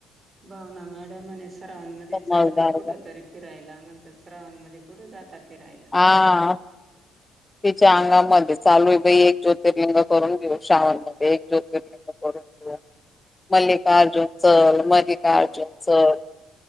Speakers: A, on the right; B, on the left.
A: भावना मॅडम श्रावण महिन्यामध्ये
B: समजदार
A: चाला कुठ तरी फिरायला म्हणतात श्रावण मध्ये कुठे जाता फिरायला
B: हां तिच्या अंगामध्ये चालू आहे बाई एक ज्योतिर्लिंग करून घेऊ श्रावणमध्येध्य एक ज्योतिर्लिंग मल्लिकार्जुन चल मल्लिकार्जुन चल